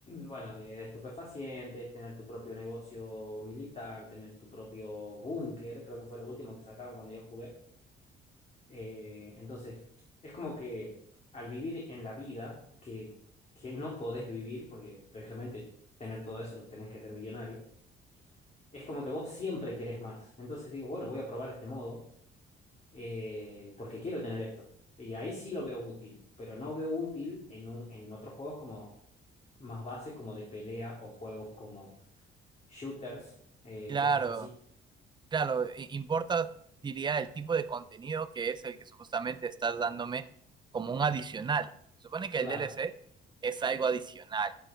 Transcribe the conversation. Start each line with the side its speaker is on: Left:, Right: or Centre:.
Left: bueno, de, de estupefacientes, tener tu propio negocio militar, tener tu propio búnker, creo que fue lo último que sacaron cuando yo jugué. Eh, entonces, es como que al vivir en la vida que, que no podés vivir, porque lógicamente tener todo eso tenés que ser millonario, es como que vos siempre querés más. Entonces digo, bueno, voy a probar este modo eh, porque quiero tener esto. Y ahí sí lo veo útil, pero no veo útil en, un- en otros juegos como más base, como de pelea o juegos como shooters, eh,
Right: Claro.
Left: cosas así.
Right: Claro, i- importa, diría, el tipo de contenido que es el que supuestamente estás dándome como un adicional. Supone que el
Left: Claro,
Right: DLC es algo adicional,